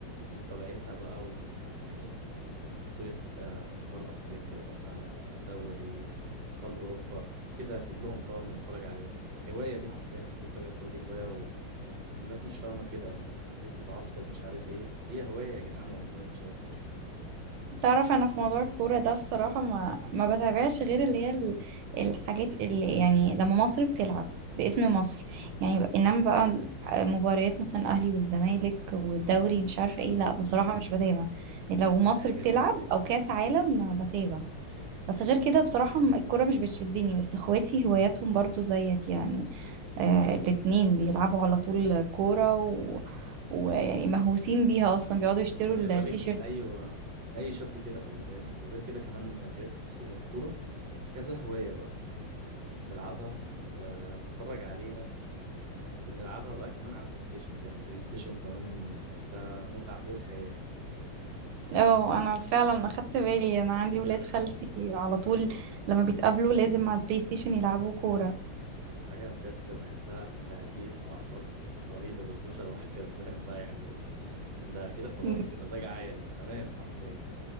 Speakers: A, on the right; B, on the right.
A: ومتابعتها بقى ويعني بطوله آه، ابطال افريقيا بقى دوري ابطال اوروبا كده كلهم طبعا بنتفرج عليهم هوايه دي حرفيا انت تتابع الكوره دي هوايه الناس مش فاهمة كده يعني ليه بتتعصب مش عارف ايه هي هواية يا جدعان والله مش أكتر
B: تعرف انا في موضوع الكوره ده بصراحه ما ما بتابعش غير اللي هي ال- الحاجات اللي يعني لما مصر بتلعب باسم مصر يعني ب- انما بقى مباريات مثلا الاهلي والزمالك والدوري مش عارفه
A: مم.
B: ايه لا بصراحه
A: مم.
B: مش بتابع لو
A: أحسن
B: مصر
A: حاجة
B: بتلعب
A: والله
B: او كاس عالم ما بتابع بس غير كده بصراحه م- الكوره مش بتشدني بس اخواتي هواياتهم برضو زيك يعني آه الاتنين بيلعبوا على طول كوره و... ويعني مهووسين بيها اصلا بيقعدوا يشتروا
A: خلي
B: التيشيرت
A: بالك أيوة أي شاب كده خلي بالك وغير كده كمان ما زياد بصي هي الكورة كذا هواية بقى يعني نلعبها آه، نتفرج عليها ونلعبها بقى كمان على البلاي ستيشن كمان البلاي ستيشن كمان ده متعة فوق الخيال
B: اه انا فعلا اخدت بالي انا عندي
A: مم.
B: ولاد خالتي على طول لما بيتقابلوا لازم على البلاي ستيشن يلعبوا كورة
A: حاجة بجد بحسها تهديد أعصاب رهيبة بالذات لو واحد كسبان بقى يعني ده كده خلاص
B: م-
A: مزاج عال تمام حرفيا